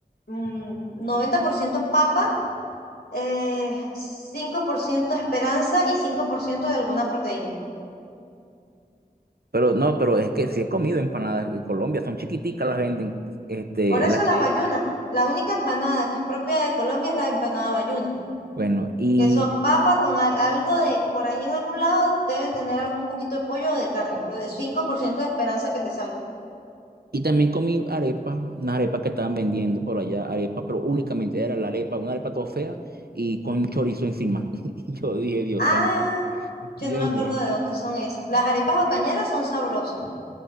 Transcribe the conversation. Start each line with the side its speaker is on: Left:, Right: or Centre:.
Left: mm, 90% papa, eh, 5% esperanza y 5% de alguna proteína.
Right: Pero no, pero es que sí he comido empanadas de Colombia, son chiquiticas, las venden. Este,
Left: Por eso las Sí. bayunas, la única empanada que es propia de Colombia es la empanada bayuna,
Right: Bueno, y,
Left: que son papas con al- algo de, por ahí en algún lado deben tener algún poquito de pollo o de carne, pero de 5% de esperanza que te salga.
Right: y también comí arepa, unas arepas que estaban vendiendo por allá, arepa, pero únicamente era la arepa, una arepa toda fea y con chorizo encima. <laughs> Y yo dije, Dios
Left: Ah,
Right: santo,
Left: yo
Right: Dios
Left: no me acuerdo
Right: mío.
Left: de dónde son esas. Las arepas ocañeras son sabrosas.